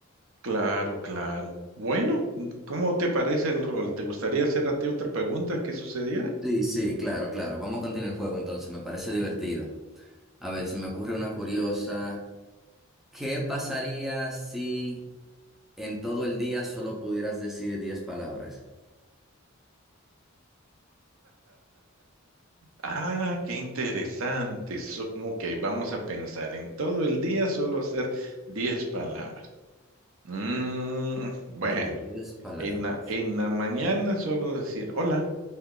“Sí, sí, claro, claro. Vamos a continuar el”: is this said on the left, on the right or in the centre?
Centre